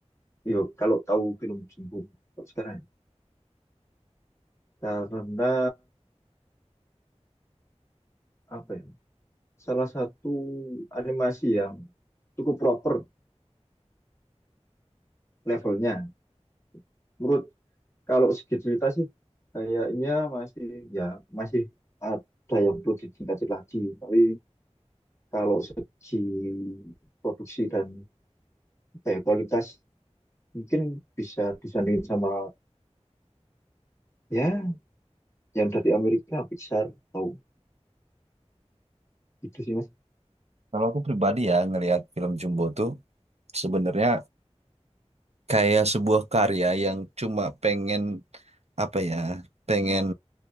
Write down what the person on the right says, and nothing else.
Kalau aku pribadi ya ngelihat film Jumbo tuh sebenarnya kayak sebuah karya yang cuma pengen apa ya pengen